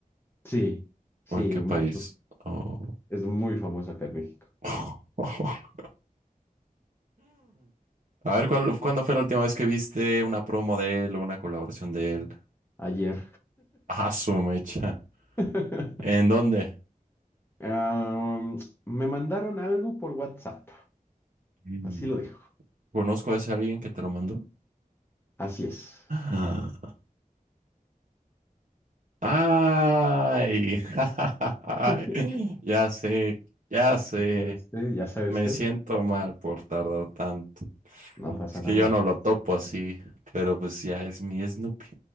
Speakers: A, on the left; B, on the right.
A: Sí, sí,
B: o en qué
A: mucho.
B: país? Oh.
A: Es muy famoso acá en México.
B: <laughs> A ver, ¿cuál- ¿cuándo fue la última vez que viste una promo de él o una colaboración de él?
A: Ayer.
B: Ah, su mecha.
A: <laughs>
B: ¿En dónde?
A: Am, me mandaron algo por WhatsApp.
B: Mm.
A: Así lo dejo.
B: ¿Conozco a ese alguien que te lo mandó?
A: Así es.
B: <gasps> Ah. ¡Ay! <laughs> ay,
A: <laughs>
B: Ya sé, ya sé.
A: ¿Sabe usted? ¿Ya sabe
B: Me
A: usted?
B: siento mal por tardar tanto.
A: No pasa
B: Es que
A: nada.
B: yo no
A: no
B: lo
A: pasa
B: topo
A: nada.
B: así, pero pues ya es mi Snoopy.